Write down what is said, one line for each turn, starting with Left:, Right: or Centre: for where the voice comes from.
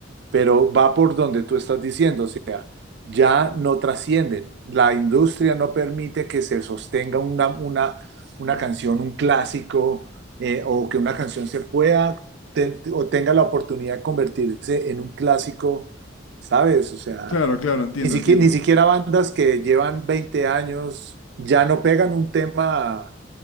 Right: pero va por donde tú estás diciendo, o sea, ya no trascienden. La industria no permite que se sostenga una, una, una canción, un clásico, eh, o que una canción se pueda te- o tenga la oportunidad de convertirse en un clásico, ¿sabes? O sea,
Left: Claro, claro, entiendo,
Right: ni siquiera,
Left: entiendo.
Right: ni siquiera bandas que llevan 20 años ya no pegan un tema